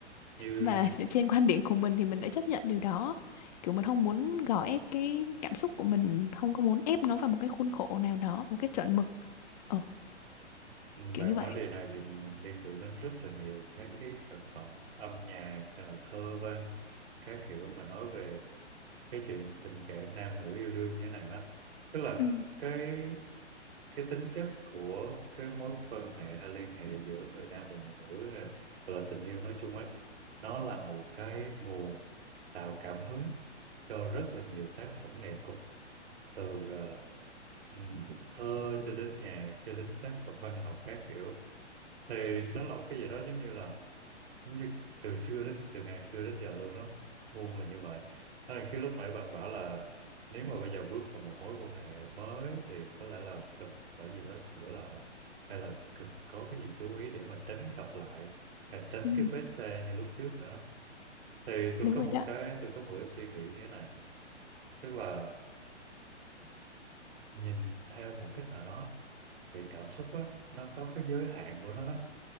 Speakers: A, on the right; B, on the left.
A: như
B: và <laughs> trên quan điểm của mình thì mình đã chấp nhận điều đó kiểu mình không muốn gò ép cái cảm xúc của mình không có muốn ép nó vào một cái khuôn khổ nào đó một cái chuẩn mực ờ
A: ừ,
B: kiểu
A: bạn
B: như vậy
A: nói điều này thì mình liên tưởng đến rất là nhiều các cái sản phẩm âm nhạc hay là thơ văn các kiểu mà nói về cái chuyện tình cảm nam nữ yêu đương như thế này á tức là
B: ừ
A: cái cái tính chất của cái mối quan hệ hay liên hệ giữa người nam và người nữ hay là, hoặc là tình yêu nói chung á nó là một cái nguồn tạo cảm hứng cho rất là nhiều tác phẩm nghệ thuật từ ờ, ừm, thơ cho đến nhạc cho đến tác phẩm văn học các kiểu thì nó là một cái gì đó giống như là như từ xưa đến từ ngàn xưa đến giờ luôn đó muôn là như vậy Đó là khi lúc nãy bạn bảo là nếu mà bây giờ bước vào một mối quan hệ mới thì có lẽ là cần phải gì đó sửa lại hay là cần có cái gì chú ý để mà tránh gặp lại hay tránh
B: ừ
A: cái vết xe như lúc trước nữa đó. thì tôi
B: đúng
A: có
B: rồi
A: một
B: đó
A: cái tôi có một cái suy nghĩ như thế này tức là nhìn theo một cách nào đó thì cảm xúc á nó có cái giới hạn của nó đó